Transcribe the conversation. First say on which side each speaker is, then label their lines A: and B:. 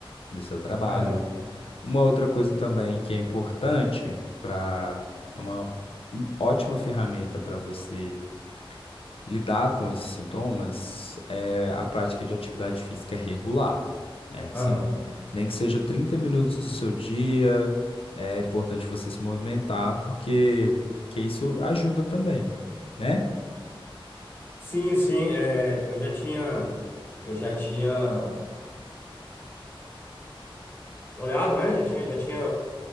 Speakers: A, on the left; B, on the left.
A: no seu trabalho.
B: aham,
A: Uma outra coisa também que é importante para é uma ótima ferramenta para você Lidar com esses sintomas é a prática de atividade física é regular, né? Assim,
B: aham.
A: nem que seja 30 minutos do seu dia, é importante você se movimentar, porque que isso ajuda também, né?
B: Sim, sim, é, eu já tinha, eu já tinha olhado, né? Já tinha, já tinha